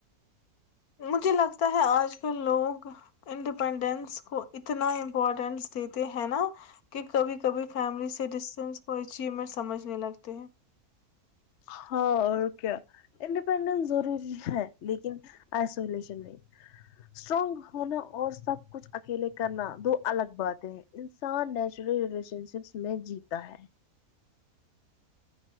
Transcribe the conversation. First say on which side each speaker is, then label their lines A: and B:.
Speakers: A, on the left; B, on the left.
A: مجھے لگتا ہے آج کل لوگ انڈیپینڈینس کو اتنا امپورٹینس دیتے ہیں نا کہ کبھی کبھی فیملی سے ڈسٹینس کو اچیومنٹ سمجھنے لگتے ہیں
B: ہاں اور کیا انڈیپینڈینس ضروری ہے لیکن آئسولیشن میں اسٹرانگ ہونا اور سب کچھ اکیلے کرنا دو الگ باتیں ہیں انسان نیچرل ریلیشن شپس میں جیتا ہے